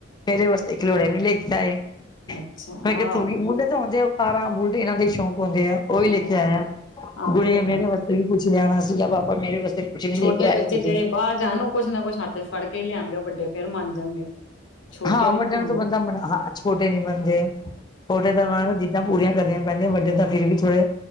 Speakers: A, on the left; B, on the left.
A: ਮੇਰੇ ਵਾਸਤੇ ਖਿਲੌਣੇ ਨੀ ਲੇ ਕੇ ਆਏ।
B: ਅੱਛਾ
A: ਮੈਂ ਕਿਆ
B: ਆਹੋ
A: ਤੂੰ ਵੀ ਮੁੰਡੇ ਤੋਂ ੳਂਂਦੇ ਅੋ। ਕਾਰਾਂ, ਬੁਲਡ ਏਨਾਂ ਦੇ ਸ਼ੌਂਕ ਹੁੰਦੇ ਆ। ਉ ਵੀ
B: ਅ
A: ਲੇਕੇ ਆਇਆ <unintelligible>
B: ਆ
A: ਗੁੜ
B: ਤੇ ਹੋ
A: ਮੇਰੇ ਵਾਸ। ਤੂੰ ਵੀ ਕੁਛ ਲਿਆਣਾ ਸੀਗਾ ਪਾਪਾ ਮੇਰੇ ਵਾਸਤੇ। ਕੁਛ ਨੀ
B: ਛੋਟੇ
A: ਲੈ ਕੇ ਆਏ
B: ਬੱਚੇ
A: ਤੁਸੀਂ।
B: ਜਿਹੜੇ ਬਾਰ ਜਾਣ ਨਾ ਉ ਕੁਛ ਨਾ ਕੁੱਛ ਹੱਥ ਚ ਫੜ ਕੇ ਲਿਆਣ ਗੇ। ਵੱਡੇ ਫੇਰ ਮੰਨ ਜਾਣਗੇ। ਛੋਟੇ
A: ਹਾਂ,
B: ਨੀ
A: ਵੱਡਿਆਂ
B: ਮੰਨਦੇ
A: ਨੂੰ ਤਾਂ ਬੰਦਾ ਮਨਾ ਹਾਂ। ਛੋਟੇ ਨੀ ਮੰਨਦੇ ਛੋਟੇ ਤਾਂ ਮਾਣੋ ਜੀਦ ਜੀਦਾ ਪੂਰੀਆਂ ਕਰਨੀਆਂ ਪੈਂਦੀਆਂ, ਵੱਡੇ ਤਾਂ ਫੇਰ ਵੀ ਥੋੜ੍ਹੇ